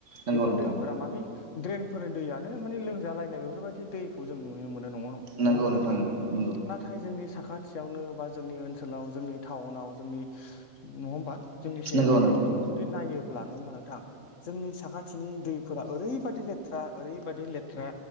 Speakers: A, on the right (about 60°); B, on the left (about 65°).
A: नंगौ
B: बेफोर
A: नोंथां
B: दैफोरा माने द्रेनफोरनि दैयानो माने लोंजाला बेफोरबायदि दैखौ जों नुनो मोनो नङा नङा
A: नंगौ
B: होनबा नोंथां
A: नंगौ नंगौ
B: नाथाय जोंनि साखथियावनो बा जोंनि ओनसोलाव जोंनि टाउनाव जोंनि नङा होनबा जोंनि सहेरफोराव
A: नंगौ नोंथां
B: जों जुदि नायोब्ला नङा होमबा नोंथां जोंनि साखाथिनि दैफोरा ओरैबायदि लेथ्रा ओरैबायादि लेथ्रा